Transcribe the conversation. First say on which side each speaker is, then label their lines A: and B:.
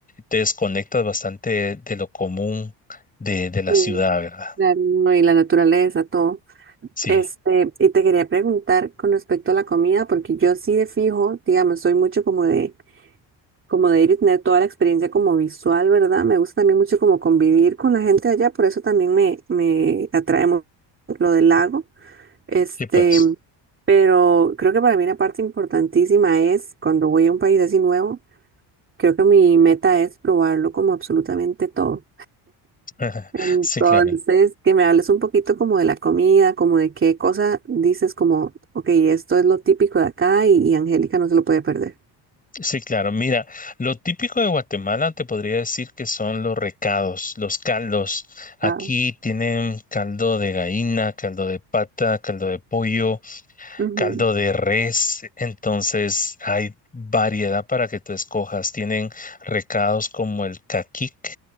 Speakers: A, on the left; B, on the right.
A: te desconectas bastante de, de lo común de, de la
B: sí,
A: ciudad, ¿verdad?
B: claro, no, y la naturaleza, todo.
A: Sí,
B: Este, y te quería preguntar con respecto a la comida, porque yo sí de fijo, digamos, soy mucho como de, como de ir y tener toda la experiencia como visual, ¿verdad? Me gusta también mucho como convivir con la gente allá, por eso también me, me atrae mucho lo del lago. Este,
A: sí, pues.
B: pero creo que para mí una parte importantísima es cuando voy a un país así nuevo, creo que mi meta es probarlo como absolutamente todo.
A: <laughs>
B: Entonces,
A: Sí, claro.
B: que me hables un poquito como de la comida, como de qué cosa dices, como, ok, esto es lo típico de acá y, y Angélica no se lo puede perder.
A: Sí, claro. Mira, lo típico de Guatemala te podría decir que son los recados, los caldos. Aquí
B: Ah,
A: tienen caldo de gallina, caldo de pata, caldo de pollo,
B: ujú.
A: caldo de res. Entonces hay variedad para que tú escojas. Tienen recados como el caquic,